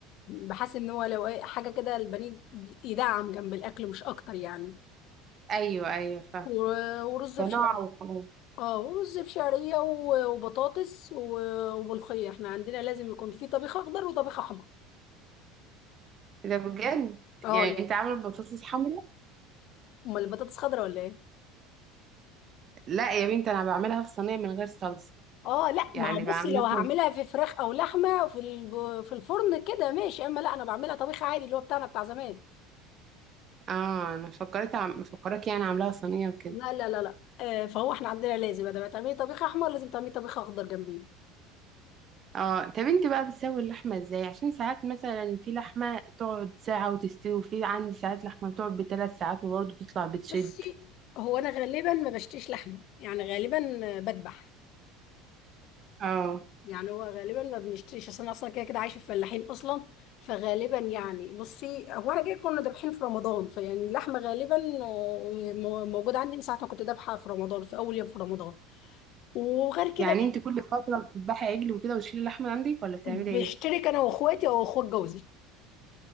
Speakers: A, on the left; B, on the right.
A: بحس ان هو لو أي- حاجه كده البانيه يدعم جنب الاكل مش اكتر يعني
B: أيوة أيوة فعلا
A: و- ورز
B: ده
A: بشعرية
B: نوع وخلاص
A: اه ورز بشعرية و- وبطاطس و- وملوخية احنا عندنا لازم يكون في طبيخ اخضر وطبيخ احمر
B: ده بجد
A: اه
B: يعني
A: يعني
B: انت عامله البطاطس حمرا
A: امال البطاطس خضرا ولا ايه
B: لا يا بنتي انا بعملها في صينيه من غير صلصه
A: اه لا
B: يعني
A: ما هو بصي
B: بعمل مثلا
A: لو هعملها في فراخ او لحمة في الب- في الفرن كده ماشي اما لا انا بعملها طبيخ عادي اللي هو بتاعنا بتاع زمان
B: اه انا فكرت عم... فكرك يعني عاملاها صينيه وكده
A: لا لا لا لا آه فهو احنا عندنا لازم بدل ما تعملي طبيخ احمر لازم تعملي طبيخ اخضر جنبيه
B: اه طب انت بقى بتسوي اللحمه ازاي عشان ساعات مثلا في لحمه تقعد ساعه وتستوي وفي عندي ساعات لحمه تقعد بثلاث ساعات وبرضه تطلع بتشد
A: بصي هو انا غالبا ما بشتريش لحمة يعني غالبا آه، بذبح
B: اه
A: يعني هو غالبا ما بنشتريش اصل انا اصلا كده كده عايشه في فلاحين اصلا فغالبا يعني بصي هو انا كده كنا ذابحين في رمضان فيعني اللحمه غالبا آه، مو- موجوده عندي من ساعه ما كنت ذابحه في رمضان في اول يوم في رمضان وغير كده
B: يعني
A: بقى
B: انت كل فتره بتذبحي عجل وكده وتشيلي اللحمه من عندك ولا بتعملي
A: بشترك
B: ايه
A: انا واخواتي او اخوات جوزي